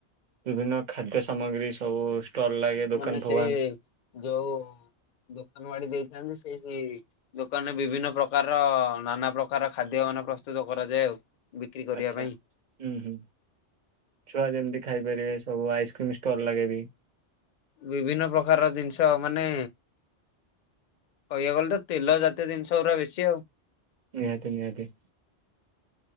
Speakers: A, on the right; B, on the left.
A: ବିଭିନ୍ନ ଖାଦ୍ୟ ସାମଗ୍ରୀ ସବୁ ଷ୍ଟଲ ଲାଗେ ଦୋକାନ
B: ମାନେ
A: ଫୋକାନ।
B: ସେଇ ଯୋଉ ଦୋକାନ ବାଡି ଦେଇଥାନ୍ତି ସେଇଠି ଦୋକାନରେ ବିଭିନ୍ନ ପ୍ରକାରର ନାନା ପ୍ରକାର ଖାଦ୍ୟ ମାନେ ପ୍ରସ୍ତୁତ କରାଯାଏ ଆଉ। ବିକ୍ରି କରିବା
A: ଆଚ୍ଛା।
B: ପାଇଁ।
A: ହୁଁ ହୁଁ ଛୁଆ ଯେମିତି ଖାଇପାରିବେ ସବୁ ଆଇସ୍କ୍ରିମ ଷ୍ଟଲ ଲାଗେ ବି।
B: ବିଭିନ୍ନ ପ୍ରକାରର ଜିନିଷ ମାନେ କ‌ହିବାକୁଗଲେ ତ ତେଲ ଜାତୀୟ ଜିନିଷ ଗୁରା ବେଶୀ ଆଉ।
A: ନିହାତି ନିହାତି।